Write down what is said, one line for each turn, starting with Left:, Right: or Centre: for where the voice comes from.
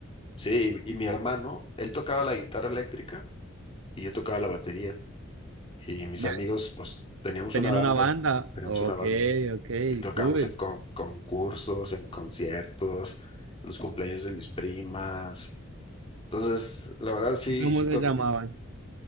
Left: Sí, y, y mi hermano, él tocaba la guitarra eléctrica y yo tocaba la batería. Y mis
Right: Ya,
Left: amigos, pues, teníamos
Right: Tenían
Left: una banda,
Right: una banda,
Left: teníamos
Right: ok,
Left: una banda.
Right: ok,
Left: Y tocábamos
Right: cool.
Left: en con- concursos, en conciertos, en los cumpleaños de mis primas. Entonces, la verdad sí,
Right: ¿Y cómo
Left: y sí
Right: se
Left: toca.
Right: llamaban?
Left: y